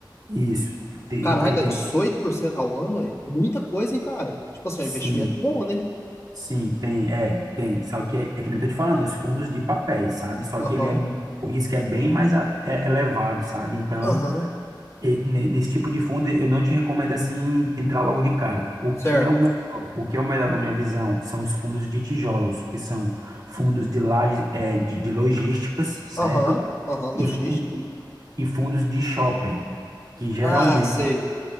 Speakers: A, on the right (about 50°); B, on the left (about 35°).
A: isso, ele,
B: Caralho,
A: ele
B: dá
A: tem,
B: 18% ao ano, é muita coisa, hein, cara? Tipo assim,
A: sim,
B: é um investimento bom, né?
A: sim, tem, é, tem, só que é, é que nem eu tô te falando, os fundos de papéis, sabe? Só
B: Aham,
A: que ele é, o risco é bem mais a- é elevado, sabe? Então,
B: aham,
A: E ne- Nesse tipo de fundo, eu não te recomendo assim entrar logo de cara. O
B: certo.
A: que é o melhor, o que é o melhor na minha visão são os fundos de tijolos, que são fundos de, laje- eh, de, de logísticas, certo?
B: Aham, aham,
A: E,
B: logística.
A: fun- e fundos de shopping, que geralmente,
B: Ah, sei.